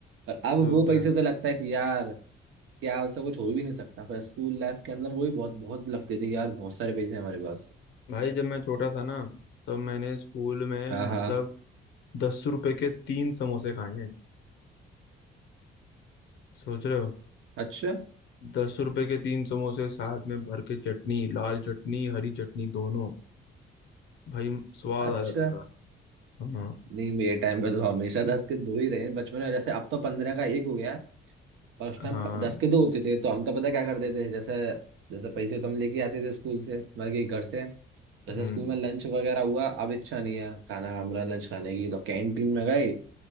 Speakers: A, on the right; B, on the left.
A: और अब
B: तो
A: वो
B: क्या
A: पैसे तो लगता है कि यार क्या उससे कुछ हो भी नहीं सकता पर स्कूल लाइफ के अंदर वो भी बहुत बहुत लगते थे कि यार बहुत सारे पैसे हैं हमारे पास
B: भाई जब मैं छोटा था ना तब मैंने स्कूल में
A: हाँ
B: मतलब
A: हाँ
B: दस रुपए के तीन समोसे खाए हैं सोच रहे हो
A: अच्छा
B: दस रुपए के तीन समोसे साथ में भर के चटनी लाल चटनी हरी चटनी दोनों भाई स्वाद
A: अच्छा
B: आ जाता था हाँ
A: नहीं मेरे टाइम पे तो हमेशा दस के दो ही रहे हैं बचपन में जैसे अब तो पंद्रह का एक हो गया और उस टाइम
B: हाँ
A: दस के दो होते थे तो हम तो पता क्या करते थे जैसे जैसे पैसे तो हम लेके आते थे स्कूल से मतलब कि घर से जैसे
B: हम्म
A: स्कूल में लंच वगैरह हुआ अब इच्छा नहीं है खाना हमारा लंच खाने की तो कैंटीन में गए